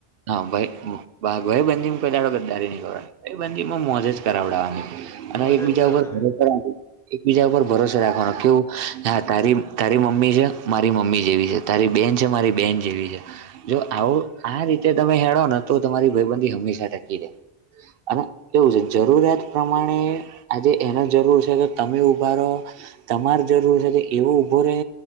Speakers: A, on the right (about 65°); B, in the centre.
A: હા ભ ભાઈબંધીડ ગદ્દારી ન કરવા ભયબંધીમાં મોજેજ કરાવડાવવાની અને
B: મોજ
A: એકબીજા
B: જ કરાવડાવાની
A: ઉપર ભરોસર એકબીજા ઉપર ભરોસો રાખવાનો કેવું હા તારી તારી મમ્મી છે મારી મમ્મી જેવી છે તારી બેહેન છે મારી બહેન જેવી છે જો આવો આ રીતે તમે હેળો ને તો તમારી ભયબંધી હંમેશા ટકી રહેે અને એવું છે જરૂરિયાત પ્રમાણે આજે એનો જરૂર છે તો તમે ઉભા રહો તમાર જરૂર છે કે એવો ઉઊભો રહે